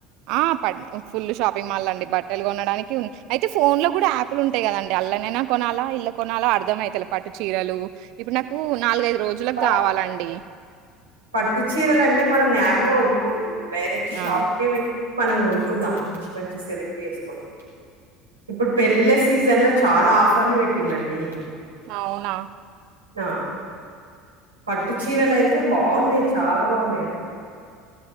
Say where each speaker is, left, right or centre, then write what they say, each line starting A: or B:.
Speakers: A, on the right; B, on the right.
A: ఆ పడి ఫుల్ షాప్ ఎం బట్టలు కొన అయితే ఫోన్ లో కూడా యాలు ఉంటాయి కదండి అల్లైనా కొనాలా ఇల్ కొన అర్ం అవుతు పాటు చీరలు ఇప్పుడు నాకు నాలుగదు రోజులకుకి
B: పట్టు
A: కావాలండి
B: పట్టు చీరలు అంటే మనం యాబ్ లో వండిపోదు డైరెక్ట్ రాప
A: ఆ
B: కే వె మనం కొనుక్కుందాం మంచి మంచి సెలెక్ట్ చేసుకొని ఇప్పుడు పెళ్ళిళ్ళ సీజన్ లో చాలా ఆఫర్లు పెట్టిలండి
A: అవునా
B: నా పట్టు చీరలు అయితే బాగున్నాయి చాలా బాగున్నాయి